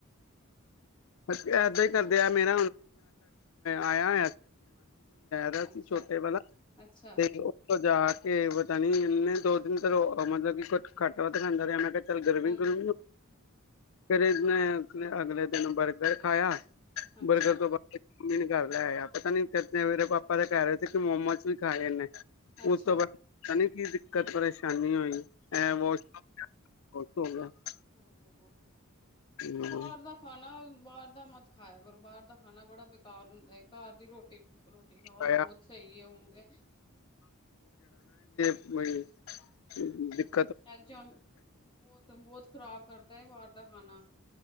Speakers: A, on the left; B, on the left.
A: ਅਸੀਂ ਇਦਾਂ ਹੀ ਕਰਦੇ ਆ ਕੋਲ ਆਇ ਰਿਹਾ
B: ਅੱਛਾ,
A: ਸੀ। ਛੋਟੇ ਵਾਲਾ
B: ਅੱਛਾ,
A: ਤੇ ਉਥੋਂ ਜਾ ਕੇ ਕੇ ਪਤਾ ਨੀ ਇਹ ਨੇ ਦੋ ਦਿਨ ਤੇ ਰ ਮਤਲਬ ਕਿ ਕੁੱਛ ਖੱਟ ਵ ਤੇ ਖਾਂਦਾ ਰਿਹਾ ਮੈਂ ਚ ਗਰਵਿੰਗ
B: ਹਾਂਜੀ,
A: ਕਰ ਫਿਰ ਇਹ ਮੈਂ ਅ ਅਗਲੇ ਦਿਨ ਵਰ ਬਰਗਰ ਖਾਇਆ
B: ਅੱਛਾ,
A: ਬਰਗਰ ਤੋਂ ਬਾਅਦ ਫਿਰ ਮੈਨੂੰ ਕਰ ਲੈ ਆ ਪਤਾ ਨੀ ਤਨੇ ਮੇਰੇ ਪਾਪਾ ਦੇ ਕਹਿ ਰਹੇ ਸੀ ਕਿ ਮੋਮੋਸ ਵੀ ਖਾ ਜਾਂਦੇ
B: ਅੱਛਾ।
A: ਉਹ ਤੋਂ ਬਾਦ ਕੀ ਦਿੱਕਤ ਪਰੇਸ਼ਾਨੀ ਹੋਈ,, ਅ ਬ <unintelligible> ਹੋਕਗਾ <unintelligible>
B: ਹਮ, ਹਮ।
A: ਹੂੰ
B: ਬਾਹਰ ਦਾ ਖਾਣਾ ਬਾਹਰ ਦ ਮਤ ਖਾਇਆ ਗੁਰਬਾਹਾਰ ਦਾ ਖਾਣਾ ਬੜਾ ਘਰ ਹੁੰਦਾ ਹੈ ਘਰ ਦੀ ਰੋਟੀ ਖਾਓ
A: ਫਾਸਟਫੂਡ
B: ਬਹੁਤ ਸਹੀ ਹੈ ਓ ਤੇ
A: ਬ
B: ਅੱਜ ਬਹੁਤ ਬਹੁਤ ਬਾਹਰ ਦਾ ਖਾਣਾ ਖ਼ਰਾਬ ਕਰਦਾ ਹੈ।